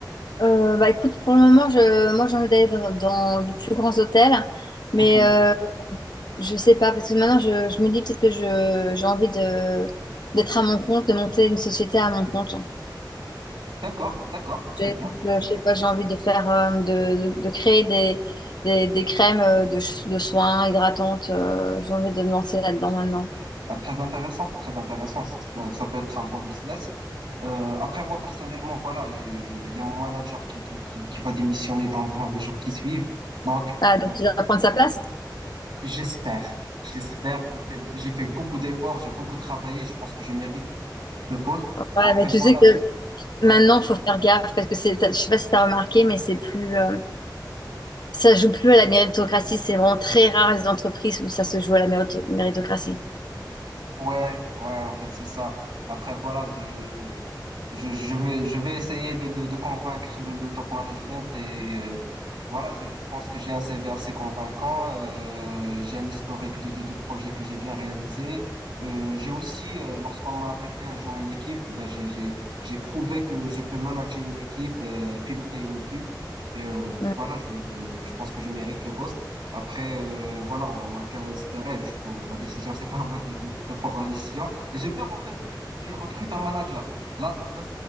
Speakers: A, on the left; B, on the right.
A: Euh, bah écoute, pour le moment, je, moi j'ai envie d'aller dans, dans de plus grands hôtels, mais
B: Ok,
A: euh, je sais pas, parce que maintenant je, je me dis peut-être que je, j'ai envie de, d'être à mon compte, de monter une société à mon compte.
B: d'accord, d'accord, très
A: Je,
B: bien,
A: je,
B: très
A: je
B: bien.
A: sais pas, j'ai envie de faire, euh, de, de, de créer des, des, des crèmes euh, de, ch- de soins hydratantes, euh, j'ai envie de me lancer là-dedans maintenant.
B: Ah, très intéressant, très intéressant. Ça, ça peut être un bon business. Euh, après, moi, personnellement, voilà, euh, il y a mon manager qui, qui, qui, qui va démissionner dans, dans les jours qui suivent. Donc,
A: Ah, donc
B: euh,
A: tu vas prendre sa place?
B: j'espère, j'espère, j'ai fait, j'ai fait beaucoup d'efforts, j'ai beaucoup travaillé, je pense que je mérite ce poste.
A: Ouais,
B: Après,
A: mais tu
B: voilà,
A: sais que
B: c'est-
A: maintenant,
B: ouais,
A: faut faire gaffe, parce que c'est, t'as- je sais pas si t'as remarqué, mais c'est plus... euh, ça joue plus à la méritocratie. C'est vraiment très rare les entreprises où ça se joue à la mérito- méritocratie.
B: ouais, ouais, en fait, c'est ça. Après, voilà, je, Je, je vais, je vais essayer de, de, de convaincre le, le top management et euh, voilà, je, je pense que j'ai un CV assez convaincant, euh, j'ai un historique de, de, de projets que j'ai bien réalisé. Euh, j'ai aussi, euh, lorsqu'on m'a affecté un jour à une équipe, ben j'ai, j'ai, j'ai prouvé que je peux manager une équipe, euh, piloter une équipe. Et euh,
A: Mm.
B: voilà, je, je pense que je mérite le poste. Après, euh, voilà, on m'a qu'à espérer. Du coup, la décision, c'est pas à moi de, de, de prendre la décision. Et j'ai peur en fait de- qu'il recrute un manager. Là, là,